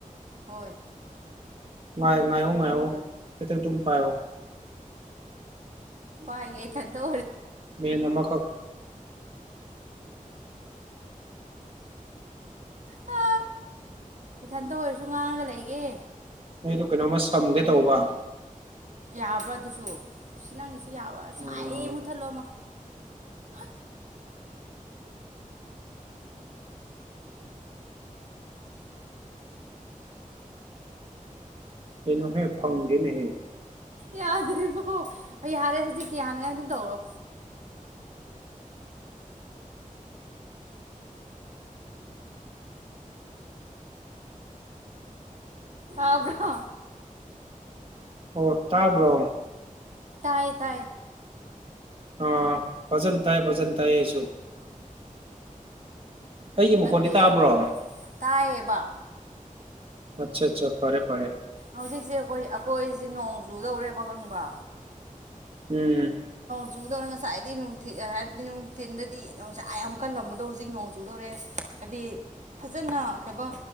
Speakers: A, on the right; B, on the right.
A: ꯍꯣꯏ
B: ꯉꯥꯏ ꯉꯣ ꯉꯣ ꯏꯇ ꯇꯝ ꯄꯥꯏꯣ
A: ꯏ ꯏ ꯊꯗꯣ
B: ꯃꯤ ꯅꯃ ꯀ
A: ꯍ ꯏꯊꯟꯇ ꯑꯣꯏꯔꯁꯨ ꯉꯥꯡꯉꯒ ꯂꯩꯒꯦ
B: ꯅꯣꯏꯗ ꯀꯩꯅꯣꯝꯃ ꯁꯝꯒꯦ ꯇꯧꯕ
A: ꯌꯥꯕ꯭ꯔꯥ ꯑꯗꯨꯁꯨ ꯑꯁꯤ ꯅꯪꯒꯤꯁꯤ ꯌꯥꯕ꯭ꯔꯥ
B: ꯑꯥ
A: ꯁꯥꯏ ꯃꯨꯠꯊꯠꯂꯣꯃ ꯑ
B: ꯇꯅꯨ ꯍꯦ ꯐꯥꯎꯗꯅꯦ
A: ꯌꯥꯗ꯭ꯔꯤꯕꯔꯤꯕꯣ ꯑꯩ ꯌꯥꯔꯦ ꯍꯧꯖꯤꯛꯀꯤ ꯍꯅꯒꯥꯏ ꯑꯗꯨꯝ ꯇꯧꯔꯣ ꯑꯕ꯭ꯔꯣ
B: ꯑꯣ ꯇꯥꯕ꯭ꯔꯣ
A: ꯇꯥꯏ ꯇꯥꯏ
B: ꯑꯥ ꯐꯖꯟ ꯇꯥꯏ ꯐꯖꯟ ꯇꯥꯏꯌꯦꯁꯨ ꯑꯩꯒꯤ ꯃꯈꯣꯟꯗꯤ
A: ꯅꯠꯇꯦ
B: ꯇꯥꯕ꯭ꯔꯣ
A: ꯇꯥꯏꯌꯦꯕ
B: ꯑꯆꯥ ꯑꯠꯆꯥ ꯐꯔꯦ ꯐꯔꯦ
A: ꯍꯧꯖꯤꯛꯁꯦ ꯑꯩꯈꯣꯏ ꯑꯩꯈꯣꯏꯁꯦ ꯅꯣꯡ ꯆꯨꯗꯧꯔꯦꯕ ꯈꯪꯕ꯭ꯔ
B: ꯎꯝ
A: ꯆꯨꯗꯧꯔꯦ ꯉꯁꯥꯏꯗꯤ ꯅꯨꯡꯊꯤ ꯍꯥꯏꯕꯗꯤ ꯅꯨꯡꯊꯤꯟꯗꯗꯤ ꯅꯅꯨꯡꯁꯥꯏ ꯌꯥꯝ ꯀꯜꯂꯝꯕꯗꯣ ꯍꯧꯖꯤꯛ ꯅꯣꯡ ꯆꯨꯗꯧꯔꯦ ꯍꯥꯏꯗꯤ ꯐꯖꯅ ꯀꯩꯕ